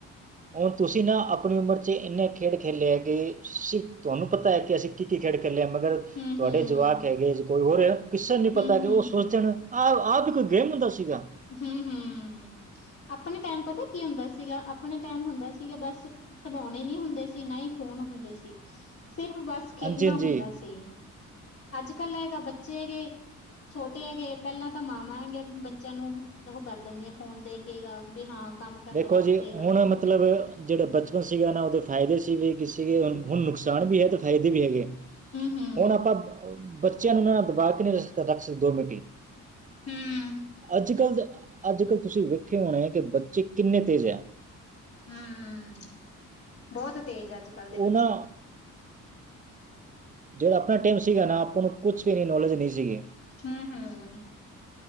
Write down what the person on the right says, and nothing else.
ਹੁਣ ਤੁਸੀਂ ਨਾ ਆਪਣੀ ਉਮਰ ਚ ਇੰਨੇ ਖੇਡ ਖੇਲੇ ਹੈਗੇ ਸਿਰਫ ਤੁਹਾਨੂੰ ਪਤਾ ਹੈ ਕਿ ਅਸੀਂ ਕੀ ਕੀ ਖੇਡ ਖੇਲਿਆ ਮਗਰ
ਤੁਹਾਡੇ ਜਵਾਕ ਹੈਗੇ ਕੋਈ ਹੋਰ ਕਿਸੇ ਨੀ
ਪਤਾ ਕਿ ਉਹ ਸੋਚ ਜਾਣ ਆਹ ਆਪ ਵੀ ਕੋਈ ਗੇਮ ਹੁੰਦਾ ਸੀਗਾ।
ਹਾਂਜੀ ਹਾਂਜੀ
ਦੇਖੋ
ਜੀ
ਹੁਣ ਮਤਲਬ ਜਿਹੜਾ ਬਚਪਨ ਸੀਗਾ ਨਾ ਉਹਦੇ ਫਾਇਦੇ ਸੀ ਵੀ ਕਿ ਸੀਗੇ ਹੁਣ
ਨੁਕਸਾਨ ਵੀ ਹੈ ਅਤੇ ਫਾਇਦੇ ਵੀ ਹੈਗੇ
ਹੁਣ ਆਪਾਂ ਬੱਚਿਆਂ ਨੂੰ ਨਾਂ ਦਬਾ ਕਿ ਰ ਰੱਖ ਸਕਦੇ ਦੋ ਮਿੰਟ
ਅੱਜ ਕੱਲ ਦੇ ਅੱਜ ਕੱਲ ਤੁਸੀਂ ਦੇਖੇ ਹੋਣੇ ਹੈ ਕਿ ਬੱਚੇ ਕਿੰਨੇ ਤੇਜ਼ ਹੈ
ਉਹਨਾ
ਜਿਹੜਾ ਆਪਣਾ ਟੈਮ ਸੀਗਾ ਨਾ ਆਪਾਂ ਨੂੰ ਕੁਛ ਵੀ ਨੌਲੇਜ ਨਹੀਂ ਸੀਗੀ